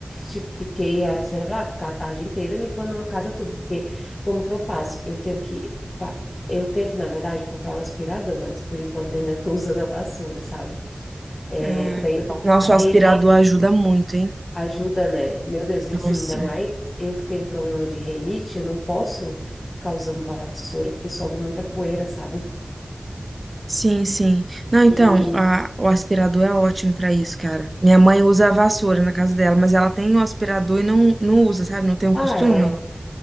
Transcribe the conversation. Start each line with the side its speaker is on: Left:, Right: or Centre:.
Left: tipo, fiquei, ah, sei lá, ficar a tarde inteira limpando a casa tudo, porque como que eu faço? Eu tenho que, fa- eu tenho que, na verdade, comprar um aspirador, mas por enquanto eu ainda tô usando a vassoura, sabe? É,
Right: Ah,
Left: daí eu tenho que
Right: Nossa,
Left: varrer,
Right: o aspirador ajuda muito, hein?
Left: Ajuda, né? Meu Deus, e assim,
Right: Nossa.
Left: ainda mais eu que tenho problema de rinite, eu não posso ficar usando vassoura, porque sobe muita poeira, sabe?
Right: Sim, sim. Não, então,
Left: E,
Right: a- o aspirador é ótimo pra isso, cara. Minha mãe usa a vassoura na casa dela, mas ela tem o aspirador e não, não usa, sabe? Não tem o
Left: ah,
Right: costume.
Left: é.